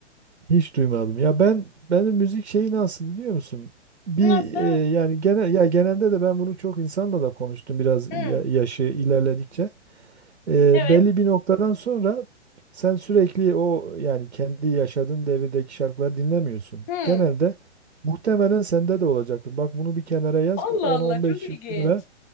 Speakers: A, on the right; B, on the left.
A: Hiç duymadım. Ya ben benim müzik şeyi nasıl biliyor musun? Bir
B: Nasıl?
A: e, yani genel ya genelde de ben bunu çok insanla da konuştum biraz
B: Hmm.
A: ya- yaşı ilerledikçe. E,
B: Evet.
A: belli bir noktadan sonra sen sürekli o yani kendi yaşadığın devirdeki şarkıları dinlemiyorsun.
B: Hmm.
A: Genelde muhtemelen sende de olacaktır. Bak bunu bir kenara yaz
B: Allah
A: 10-15
B: Allah çok
A: yıl
B: ilginç.
A: sonra